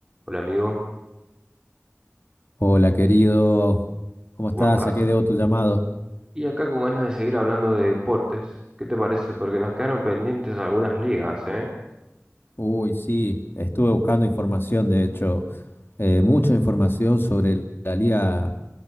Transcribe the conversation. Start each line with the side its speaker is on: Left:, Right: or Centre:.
Right: Hola amigo,
Left: Hola querido, ¿cómo estás?
Right: ¿cómo estás?
Left: ¿A qué debo tu llamado?
Right: Y acá con ganas de seguir hablando de deportes, ¿qué te parece? Porque nos quedaron pendientes algunas ligas, ¿eh?
Left: Uy, sí, estuve buscando información, de hecho, eh, mucha información sobre el- la liga,